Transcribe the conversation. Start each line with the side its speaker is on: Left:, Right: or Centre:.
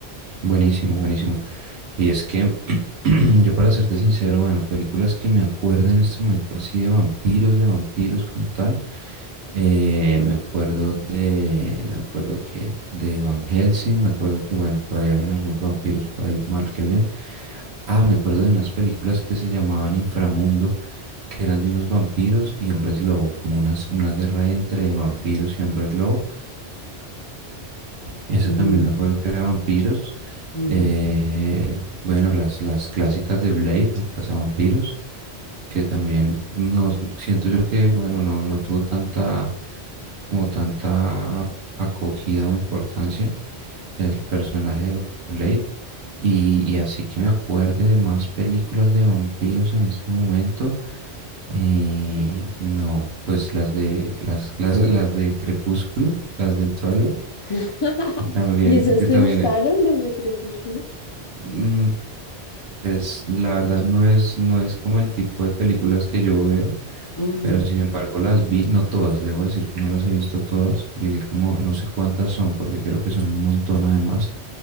Right: buenísimo, buenísimo. Y es que <clears throat> yo para serte sincero, bueno, películas que me acuerdo en este momento así de vampiros, de vampiros como tal, eh, me acuerdo de, me acuerdo que de Van Helsing, me acuerdo que, bueno, por ahí habían algunos vampiros por ahí mal que bien. Ah, me
Left: Ujú.
Right: acuerdo de unas películas que se llamaban Inframundo que eran de unos vampiros y hombres lobo, como unas, una guerra ahí entre vampiros y hombres lobo. Eso
Left: Mm,
Right: también me acuerdo que era vampiros.
Left: ujú.
Right: Eh, bueno, las, las clásicas de Blade, el cazavampiros, que también no, siento yo que, bueno, no, no tuvo tanta, como tanta acogida o importancia el personaje de Blade. Y, y así que me acuerde de más películas de vampiros en este momento. eh, no, pues las de las, <laughs> las, las de Crepúsculo, las de Twilight,
Left: <laughs>
Right: que también,
Left: ¿Y esas
Right: que
Left: te
Right: también
Left: gustaron, las de Crepúsculo?
Right: mm, pues la verdad no es, no es como el tipo de películas que yo veo,
Left: Mm,
Right: pero sin embargo las vi, no todas, debo decir que no las he visto todas, llegué como, no sé cuántas son, porque creo que son un montón además,